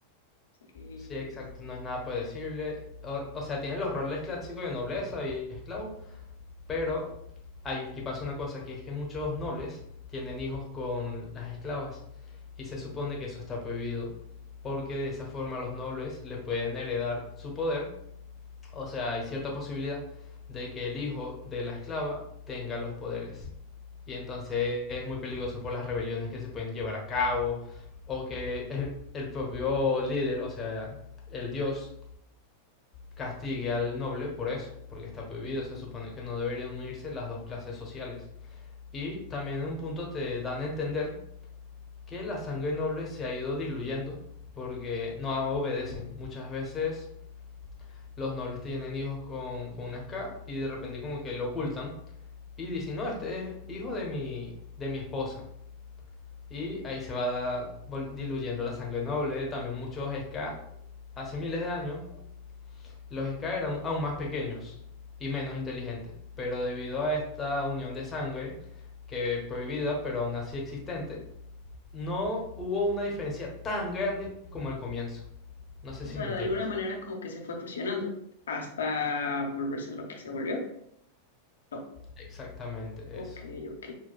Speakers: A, on the left; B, on the left.
A: sea, que
B: Sí, exacto, no es nada por decirle. O, o sea, tienen los roles clásicos de nobleza y esclavo, Pero aquí pasa una cosa, que es que muchos nobles tienen hijos con las esclavas y se supone que eso está prohibido, porque de esa forma los nobles le pueden heredar su poder, o sea, hay cierta posibilidad de que el hijo de la esclava tenga los poderes. Y entonces es muy peligroso por las rebeliones que se pueden llevar a cabo o que el, el propio líder, o sea, el dios, castigue al noble por eso, porque está prohibido, se supone que no deberían unirse las dos clases sociales. Y también en un punto te dan a entender que la sangre noble se ha ido diluyendo porque no obedecen. Muchas veces los nobles tienen hijos con, con una ska y de repente como que lo ocultan y dicen, no, este es hijo de mi, de mi esposa. Y ahí se va da- diluyendo la sangre noble. También muchos ska hace miles de años Los Ska eran aún más pequeños y menos inteligentes, pero debido a esta unión de sangre, que prohibida pero aún así existente, no hubo una diferencia tan grande como al comienzo. No sé
A: O
B: si
A: sea,
B: me entiendes.
A: de alguna manera como que se fue fusionando hasta volverse lo que se volvió. No.
B: Exactamente
A: Ok,
B: eso.
A: ok.